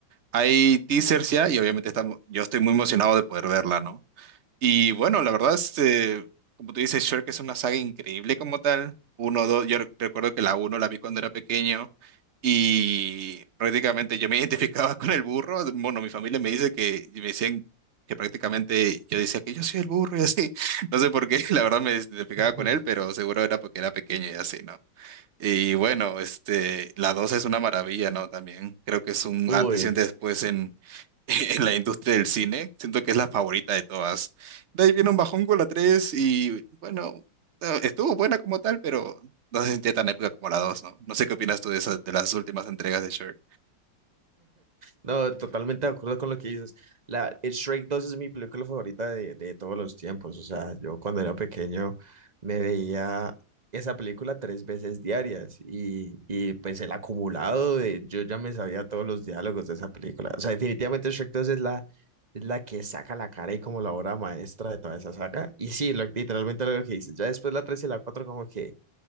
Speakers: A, on the right (about 60°); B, on the right (about 25°).
A: Hay teasers ya y obviamente estamos, yo estoy muy emocionado de poder verla, ¿no? Y bueno, la verdad, este, como tú dices, Shrek es una saga increíble como tal. Uno, dos, yo rec- recuerdo que la uno la vi cuando era pequeño y prácticamente yo me <laughs> identificaba con el burro. Bueno, mi familia me dice que, y me decían que prácticamente yo decía que yo soy el burro y así. <laughs> No sé por qué, <laughs> la verdad me identificaba
B: <laughs>
A: con él, pero seguro era porque era pequeño y así, ¿no? Y bueno, este, la 2 es una maravilla, ¿no? También creo que es un
B: Uy.
A: antes y un después <laughs> en la industria del cine. Siento que es la favorita de todas. De ahí viene un bajón con la 3 y bueno, eh, estuvo buena como tal, pero no se sentía tan épica como la dos ¿no? No sé qué opinas tú de esas, de las últimas entregas de Shrek.
B: No, totalmente de acuerdo con lo que dices. La, eh, Shrek 2 es mi película favorita de, de todos los tiempos. O sea, yo cuando era pequeño me veía esa película tres veces diarias y, y pues el acumulado de yo ya me sabía todos los diálogos de esa película. O sea, definitivamente Shrek 2 es la, es la que saca la cara y como la obra maestra de toda esa saga. Y sí, lo- literalmente lo que dices. Ya después la 3 y la 4 como que